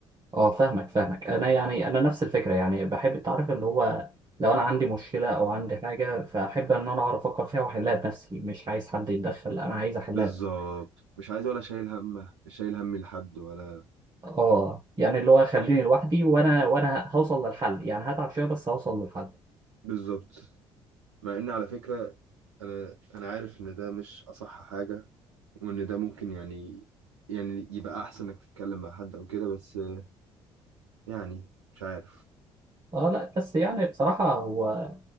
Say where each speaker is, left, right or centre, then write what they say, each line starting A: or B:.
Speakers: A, on the right (about 30°); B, on the right (about 80°).
A: اه فاهمك فاهمك انا يعني انا نفس الفكره يعني بحب التعرف اللي هو لو انا عندي مشكله او عندي حاجه فاحب ان انا اعرف افكر فيها واحلها بنفسي مش عايز حد يتدخل انا عايز احلها
B: بالظبط مش عايز ولا شايل همه شايل همي لحد ولا
A: اه يعني اللي هو خليني لوحدي وانا وانا هوصل للحل يعني هتعب شويه بس هوصل للحل
B: بالظبط مع ان على فكرة انا انا عارف ان ده مش اصح حاجة وان ده ممكن يعني يعني يبقى احسن انك تتكلم مع حد او كده بس آه، يعني مش عارف
A: اه لا بس يعني بصراحه هو